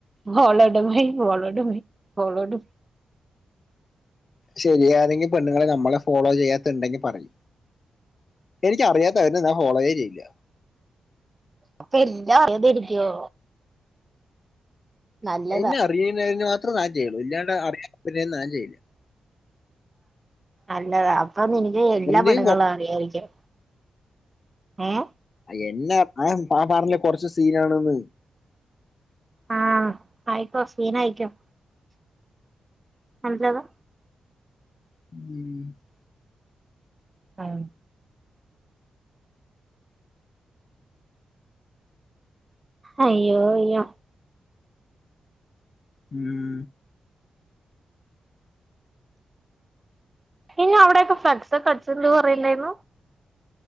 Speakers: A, on the right; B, on the left.
A: followed by followed by followed by
B: ശെരിയാ ഏതെങ്കി പെണ്ണുങ്ങള് നമ്മളെ ഫോളോ ചെയ്യാത്തുണ്ടെങ്കി പറയ് എനികറിയാത്തവനെ ഞാൻ ഫോളൊവെ ചെയില്ല
A: അപ്പൊ എല്ലാം അറിയാതിരിക്കോ നല്ലതാ
B: എന്നെ അറിയുന്നതിന് മാത്രം ഞാൻ ചെയ്യുള്ളൂ ഇല്ലാണ്ട് അറിയാത്തതിന് ഞാൻ ചെയ്യില്ല
A: അല്ല ഇത്പ്പ നിനിക്ക് എല്ലാ
B: ഒന്നേ
A: പെണുങ്ങളെ അറിയായിരിക്കും ഏഹ്
B: എന്നാ ആഹ് പറാഞ്ഞില്ല കൊറച്ച് സീനാണന്ന്
A: ആഹ് ആയിക്കോ സീനയിക്കോ നല്ലതാ
B: ഉം
A: ആഹ് അയ്യോയ്യോ
B: ഉം
A: ഇന്നെ അവിടെയൊക്കെ ഫ്ലക്സൊക്കെ അട്ച്ചുണ്ട് പറയിണ്ടേന്നു.